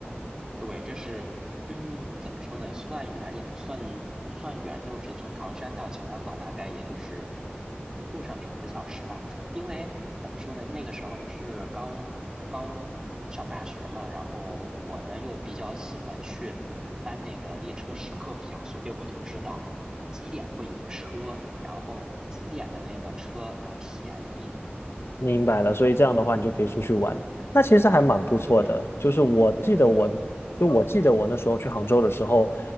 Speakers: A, on the right; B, on the left.
A: 对，这是，嗯，怎么说呢？算远也不算，不算远，就是从唐山到秦皇岛，大概也就是路上两个小时吧。因为怎么说呢？那个时候不是刚刚上大学嘛，然后我呢又比较喜欢去翻那个列车时刻表，所以我就知道几点会有车，然后几点的那个车它便宜。
B: 明白了，所以这样的话，你就可以出去玩。那其实还蛮不错的。
A: 对
B: 就是我记得我，
A: 对，
B: 就我记得我那时候去杭州的时候，